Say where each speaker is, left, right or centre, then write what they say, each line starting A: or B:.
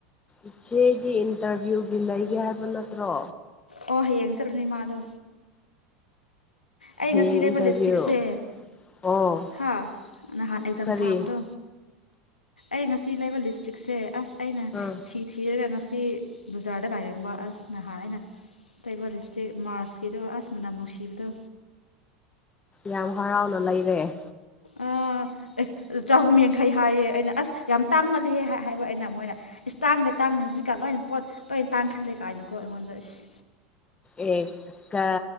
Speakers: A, on the left; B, on the left.
A: ꯏꯆꯦꯒꯤ ꯏꯟꯇꯔꯚ꯭ꯌꯨꯒꯤ ꯂꯩꯒꯦ ꯍꯥꯏꯕ ꯅꯠꯇ꯭ꯔꯣ
B: ꯑꯣ ꯍꯌꯦꯡ ꯆꯠꯂꯨꯅꯤ ꯃꯥꯗꯨ ꯑꯩ
A: ꯍꯌꯦꯡ
B: ꯉꯁꯤ ꯂꯩꯕ
A: ꯏꯟꯇꯔꯚꯤꯌꯨ
B: ꯂꯤꯞꯁꯇꯤꯛꯁꯦ
A: ꯑꯣ
B: ꯍꯥ ꯅꯍꯥꯟ ꯑꯦꯛꯖꯥꯝ
A: ꯀꯔꯤ
B: ꯊꯥꯕꯗꯣ ꯑꯩ ꯉꯁꯤ ꯂꯩꯕ ꯂꯤꯞꯁꯇꯤꯛꯁꯦ ꯑꯁ ꯑꯩꯅ
A: ꯑꯥ
B: ꯊꯤ ꯊꯤꯔꯒ ꯉꯁꯤ ꯕꯖꯥꯔꯗ ꯂꯥꯏꯔꯝꯕ ꯑꯁ ꯅꯍꯥꯟ ꯑꯩꯅ ꯇꯩꯕ ꯂꯤꯞꯁꯇꯤꯛ ꯃꯥꯔꯁꯀꯤꯗꯣ ꯑꯁ ꯃꯅꯥꯝ ꯅꯨꯡꯁꯤꯕꯗꯣ
A: ꯌꯥꯝ ꯍꯔꯥꯎꯅ ꯂꯩꯔꯦ
B: ꯑ ꯑꯦꯁ ꯑ ꯆꯍꯨꯝ ꯌꯥꯡꯈꯩ ꯍꯥꯏꯌꯦ ꯑꯩꯅ ꯑꯁ ꯌꯥꯝ ꯇꯥꯡꯃꯜꯂꯦꯍꯦ ꯍꯥꯏ ꯍꯥꯏꯕ ꯑꯩꯅ ꯃꯣꯏꯅ ꯏꯁ ꯇꯥꯡꯗꯦ ꯇꯥꯡꯗꯦ ꯍꯧꯖꯤꯛꯀꯥꯟ ꯂꯣꯏꯅ ꯄꯣꯠ ꯂꯣꯏꯟ ꯇꯥꯡꯈꯠꯂꯦ ꯀꯥꯏꯅꯀꯣ ꯑꯩꯉꯣꯟꯗ ꯏꯁ
A: ꯑꯦ ꯀ